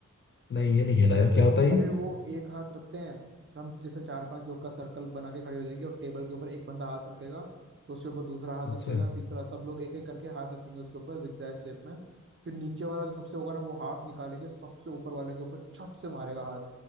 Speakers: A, on the left (about 40°); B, on the right (about 40°).
A: नहीं ये नहीं खेला यार क्या होता है ये
B: अरे वो एक हाथ रखते हैं हम जैसे चार पांच लोग का सर्कल बना के खड़े हो जाएंगे और टेबल के ऊपर एक बंदा हाथ रखेगा उसके ऊपर दूसरा हाथ
A: अच्छा
B: रखेगा तीसरा सब लोग एक एक करके हाथ रखेंगे उसके ऊपर जिगजैग शेप में फिर नीचे वाला जो सबसे होगा ना वो हाथ निकाले के सबसे ऊपर वाले के ऊपर छट से मारेगा हाथ